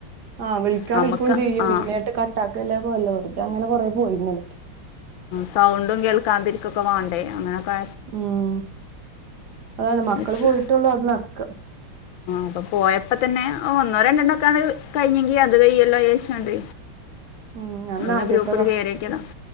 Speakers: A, on the right; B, on the left.
A: ആ വിളിക്കാൻ
B: നമുക്ക്
A: വിൽക്കയും ചെയ്യും
B: ആ
A: പിന്നെട്ട് കട്ടാക്കല പൊലോ ന്റെ അങ്ങനെ കൊറേ പോയിരുന്നക്കെ
B: സൗണ്ടും കേൾക്കാൻതിരിക്കൊക്കെ വാണ്ടേ അങ്ങനൊക്കെ
A: മ് അതാണ് മക്കള്
B: അച്ച്
A: പോയിട്ടുള്ളൂ അത് നടക്ക
B: അപ്പൊ പോയപ്പോ തന്നെ ഒന്നോ രണ്ടെണ്ണം ഒക്കാണ് കഴിഞ്ഞെങ്കി അത് കയ്യല്ലോന്നെഷോണ്ട്
A: ഉം അന്ന്
B: ന്ന്
A: ആദ്യത്തതാ
B: ഗ്രൂപ്പില് കയറിയോക്കിയതാ